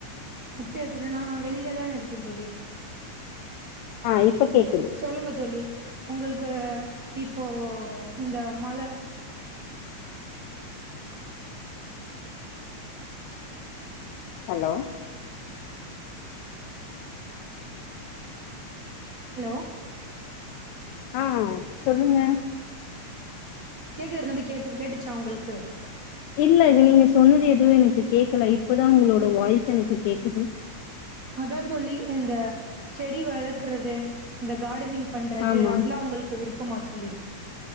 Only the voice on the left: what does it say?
ஆ இப்ப கேக்குது
ஹலோ
ஆ சொல்லுங்க
இல்ல அது நீங்க சொன்னது எதுவு எனக்கு கேக்கல இப்பதா உங்களோட வாய்ஸ் எனக்கு கேக்குது
ஆமா